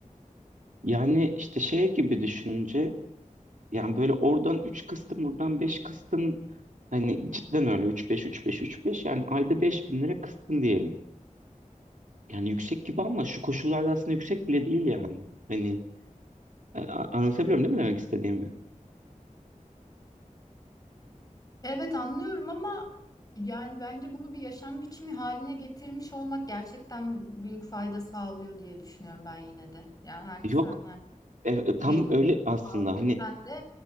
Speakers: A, on the right; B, on the left.
A: yani işte şey gibi düşününce yani böyle oradan 3 kıstın buradan 5 kıstın hani cidden öyle üç beş üç beş üç beş yani ayda beş bin lira kıstın diyelim. Yani yüksek gibi ama şu koşullarda aslında yüksek bile değil yani. Hani e, a- anlatabiliyorum değil mi demek istediğimi?
B: Evet anlıyorum ama yani bence bunu bir yaşam biçimi haline getirmiş olmak gerçekten büyük fayda sağlıyor diye düşünüyorum ben yine de. Yani her-
A: Yok
B: sen
A: e, tam
B: Beş
A: öyle aslında
B: az desen
A: hani
B: de